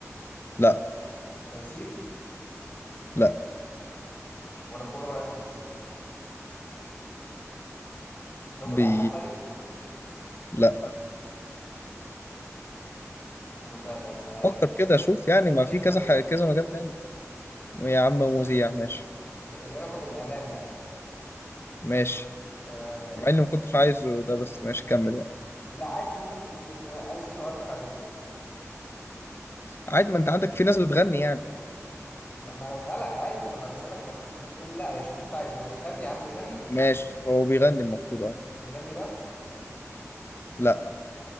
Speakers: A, on the left; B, on the left.
A: لا
B: تمثيل
A: لا
B: ولا كورة ولا تمثيل رجل
A: بي
B: أعمال طيب
A: لا
B: أمال ده ده أصل هيبقى
A: فكر
B: إيه؟
A: كده شوف يعني
B: مذيع
A: ما في كذا
B: طيب
A: حاجة كذا مجال تاني يا عم مذيع ماشي
B: اللي علاقة بالإعلام يعني
A: ماشي
B: آه
A: مع
B: طب
A: اني ما كنتش عايزه ده بس ماشي كمل يعني
B: لا عادي شوف أنت كنت كنت عايز إيه وقصدك على إيه
A: عادي ما انت عندك في ناس بتغني يعني
B: ما ما أنا بسألك عادي طب ما أنا بسألك ما أنت كنت ممكن تقول لي لا يا شوف اللي أنت عايزه بيغني يا عم بيغني
A: ماشي هو بيغني المفروض اه
B: بيغني راب
A: لا